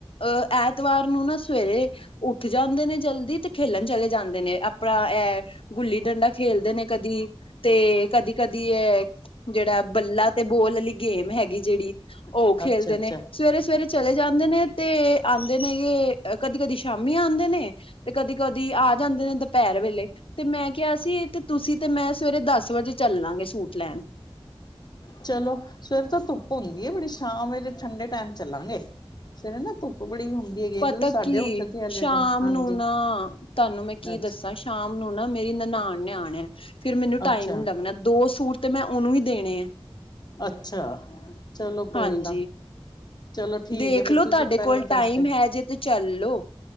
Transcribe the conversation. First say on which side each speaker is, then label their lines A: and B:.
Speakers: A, on the left (about 65°); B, on the left (about 45°).
A: ਅਹ। ਐਤਵਾਰ ਨੂੰ ਨਾ ਸਵੇਰੇ ਉਠ ਜਾਦੇ ਨੇ ਜਲਦੀ। ਤੇ ਖੇਲਣ ਚਲੇ ਜਾਦੇ ਨੇ ਆਪਣਾ ਇਹ ਗੁੱਲੀ ਡੰਡਾ ਖੇਲਦੇ ਨੇ। ਕਦੀ ਤੇ ਕਦੀ- ਕਦੀ ਇਹ ਜਿਹੜਾ ਬੱਲਾ ਤੇ ਬੋਲ ਵਾਲੀ ਗੇਮ ਹੈਗ। ਜਿਹੜੀ
B: ਅੱਛਾ-ਅੱਛਾ-ਅੱਛਾ-ਅੱਛਾ-ਅੱਛਾ।
A: ਉਹ ਖੇਲਦੇ ਨੇ ਸਵੇਰੇ- ਸਵੇਰੇ। ਚਲੇ ਜਾਂਦੇ ਨੇ। ਤੇ ਆਦੇਨੇ ਕਦੀ ਕਦੀ ਸ਼ਾਮੀ ਆਉਦੇ ਨੇ। ਤੇ ਕਦੀ ਕਦੀ ਆ ਜਾਂਦੇ ਨੇ। ਦੁਪਹਿਰ ਵੇਲੇ ਤੇ ਮੈ ਕਿਹਾ ਸੀ ਤੇ ਤੁਸੀ ਤੇ ਮੈਂ ਸਵੇਰੇ ਦਸ ਵਜੇ ਚਲ ਲਾਂਗੇ ਸੂਟ ਲੈਣ।
B: ਚਲੋ। ਸਵੇਰ ਤੇ ਧੁੱਪ ਹੁੰਦੀ ਹੈ। ਬੜੀ ਸ਼ਾਮ ਵਰੇ ਠੰਡੇ ਟਾਈਮ ਚਲਾਂਗੇ। ਸਵੇਰੇ ਨਾ ਧੁੱਪ ਬੜੀ ਹੁੰਦੀ।
A: ਪਤਾ
B: ਸਾਡੇ
A: ਕੀ
B: ਉੱਠਦੇ ਆ ਲੇਟ
A: ਸ਼ਾਮ
B: ਹਾਂਜੀ।
A: ਨੂੰ ਨਾ ਤੁਹਾਨੂੰ ਮੈ ਕੀ
B: ਅੱਛਾ
A: ਦਸਾ। ਸ਼ਾਮ ਨੂੰ ਨਾ ਮੇਰੀ ਨਨਾਨ ਨੇ ਆਣਿਆ। ਫੇਰ ਮੈਨੂੰ ਟਾਈਮ
B: ਅੱਛਾ
A: ਨੀ ਲੱਗਣਾ ਦੋ ਸੂਟ ਤੇ ਮੈ ਉਹਨੂੰ ਵੀ ਦੇਣੇ ਆ।
B: ਅਛਾ ਚਲੋ ਕੋਈ
A: ਹਾਂਜੀ।
B: ਨਾ- ਚਲੋ ਠੀਕ
A: ਦੇਖਲੋ
B: ਹੈ। ਫਿਰ ਤੁਸੀ
A: ਤੁਹਾਡੇ
B: ਪਹਿਲਾਂ
A: ਕੋਲ
B: ਦੱਸਦੇ-
A: ਟਾਈਮ ਹੈ ਜੇ ਤੇ ਚੱਲੋ